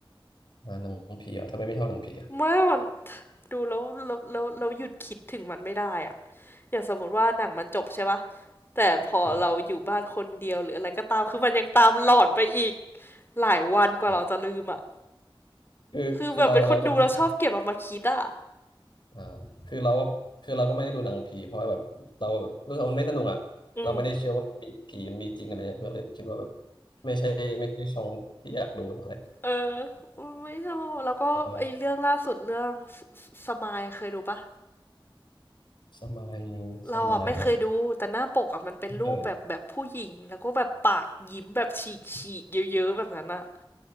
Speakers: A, on the left; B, on the left.
A: อ่าหนังผีเหรอ่ะทำไมไม่ชอบหนังผีอ่ะ
B: เมื่อมัน <laughs> ดูแล้วแล้วแล้วแล้วหยุดคิดถึงมันไม่ได้อะอย่างสมมติว่าหนังมันจบใช่ปะแต่พอเราอยู่บ้านคนเดียวหรืออะไรก็ตามคือมันยังตามหลอนไปอีก
A: อ่า
B: หลายวันกว่าเราจะลืมอะ
A: อ๋อคือคือเราเราก็ไม่ได้
B: คือแบบเป็นคนดูแล้วชอบเก็บเอามาคิดอะ
A: อ่าคือเราก็คือเราก็ไม่ได้ดูหนังผีเพราะว่าแบบเราแบบรู้สึกว่ามันไม่สนุกอ่ะเราไม่ได้เชื่อว่ามีผีมันมีจริงอะไรเงี้ยก็เลยคิดว่าแบบ
B: อืม
A: ไม่ใช่ไม่ใช่ช่องที่อยากดูเท่าไหร่
B: เออไม่ชอบแล้วก็ไอ้เรื่องล่าสุดเรื่องสสสมายเคยดูปะ
A: เออสมัยสมัย
B: เราอ่ะไม่เคยดูแต่หน้าปกอะมันเป็นรูปแบบแบบผู้หญิงแล้วก็แบบปากยิ้มแบบฉีกฉีกเยอะๆแบบนั้นอะ
A: ไม่เคยอะ